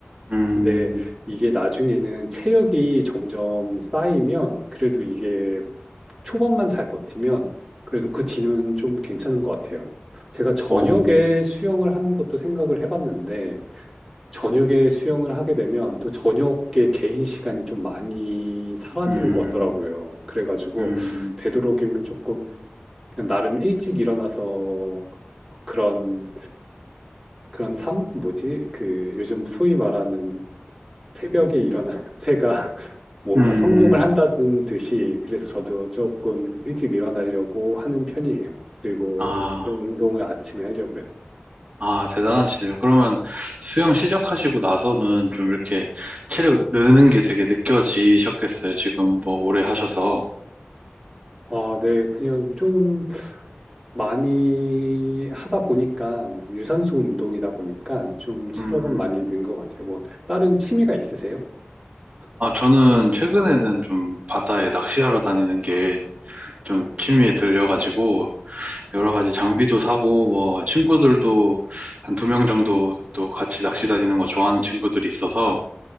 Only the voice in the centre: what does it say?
근데 이게 나중에는 체력이 점점 쌓이면, 그래도 이게 초반만 잘 버티면 그래도 그 뒤는 좀 괜찮은 것 같아요. 제가 저녁에
수영을 하는 것도 생각을 해봤는데 저녁에 수영을 하게 되면 또 저녁에 개인 시간이 좀 많이 사라지는
것 같더라고요. 그래가지고
되도록이면 조금 그냥 나름 일찍 일어나서 그런 그런 삶 뭐지? 그 요즘 소위 말하는 새벽에 일어나는 <laughs> 새가 뭔가
성공을 한다는 듯이 그래서 저도 조금 일찍 일어나려고 하는 편이에요. 그리고
그런 운동을 아침에 하려고요.
아, 네, 그냥 좀 많이 하다 보니까 유산소 운동이다 보니까 좀 체력은
많이 는 것 같아요. 뭐 다른 취미가 있으세요?